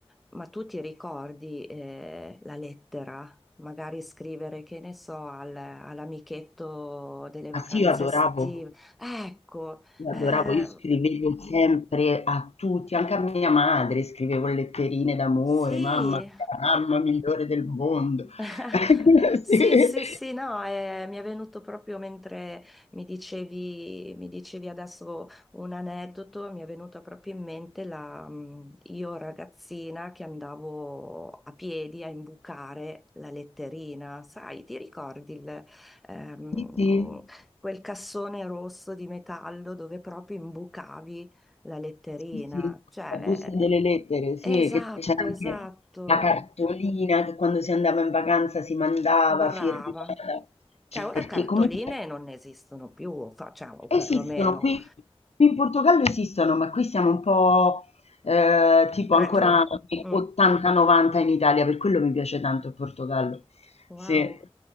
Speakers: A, in the centre; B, on the left.
A: Ma tu ti ricordi eh, la lettera? magari scrivere, che ne so, al- all'amichetto delle
B: ah
A: vacanze
B: sì, io adoravo
A: estive. Ecco,
B: io
A: eh,
B: adoravo, io scrivevo sempre a tutti, anche a mia madre scrivevo letterine d'amore,
A: sì.
B: mamma tu sei la mamma migliore del mondo.
A: <laughs>
B: <laughs>
A: Sì, sì, sì, no, eh, mi è venuto proprio mentre mi dicevi, mi dicevi adesso un aneddoto, mi è venuta proprio in mente la, mh, io ragazzina che andavo a piedi a imbucare la letterina, sai, ti ricordi il, ehm,
B: Sì, sì, sì,
A: quel cassone rosso di metallo dove proprio imbucavi la letterina?
B: sì, sì,
A: Cioè,
B: la busta delle
A: eh,
B: lettere, sì,
A: esatto,
B: che c'era anche
A: esatto,
B: la cartolina che quando si andava in vacanza si mandava
A: brava.
B: firmata,
A: Cioè, ora
B: perché
A: cartoline
B: comunque
A: non esistono più, facciamo
B: Esistono
A: perlomeno.
B: qui qui in Portogallo esistono, ma qui siamo un po', ehm, tipo
A: Retro.
B: ancora anni
A: Mm.
B: 80, 90 in Italia, per quello mi piace tanto il Portogallo.
A: Wow,
B: Sì.